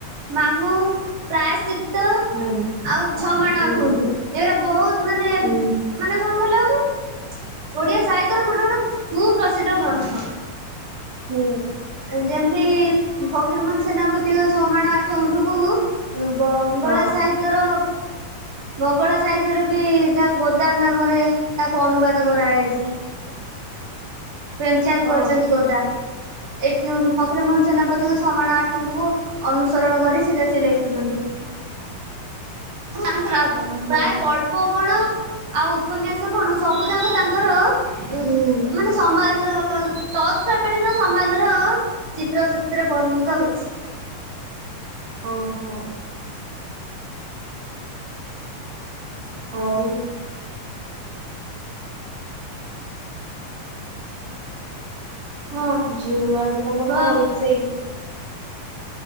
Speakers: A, on the right; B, on the right.
A: ମାମୁଁ ପ୍ରାୟଶ୍ଚି ତ
B: ହୁଁ
A: ଆଉ ଛଅ ମାଣ
B: ହୁଁ
A: ଆଠ ଗୁଣ୍ଟୁ ଏରା ବହୁତ ମାନେ
B: ହୁଁ
A: ମାନେ କଣ କହିଲ ମାନେ ଓଡିଆ ସାହିତ୍ୟର ଗୋଟେ ଗୋଟେ ସୁପ୍ରସିଦ୍ଧ ଗ୍ରନ୍ଥ।
B: ହୁଁ।
A: ଯେମିତି ଫକୀରମୋହନ ସେନାପତିଙ୍କ ଛଅ ମାଣ ଆଠ ଗୁଣ୍ଠୁକୁ ବ ବଙ୍ଗଳା
B: ହଁ
A: ସାହିତ୍ୟର ମଙ୍ଗଳା ସାହିତ୍ୟରେ ବି ତା ଗୋଦାନ ନାମରେ ତାକୁ ଅନୁବାଦ କରାଯାଇଚି। ପ୍ରେମଚାନ୍ଦ
B: ହଁ
A: କରୁଛନ୍ତି ଗୋଦାନ। ଏ ଫକରୀମୋହନ ସେନାପତିଙ୍କ ଛମାଣ ଆଠଙ୍କୁ ଅନୁସରଣ କରି ସେଟା ସେଲେଖିଛନ୍ତି। <unintelligible> ପ୍ରାୟ
B: ଓହୋ
A: ଗଳ୍ ଉପ କଣ ଆଉ ଉପନ୍ୟାସ କଣ ସବୁ ଯାକ ତାଙ୍କର ଉ
B: ହୁଁ।
A: ମାନେ ସମାଜ ତ ତତ୍କାଳୀନ ସମାଜର ଚିତ୍ର ସେଥିରେ ପରିଣତ ହୋଇଛି।
B: ଓହୋ। ଆଉ
A: ହଁ
B: ଯୋଉ ଆଜି ତମର
A: କହ।
B: କଣ ରୋଷେଇ?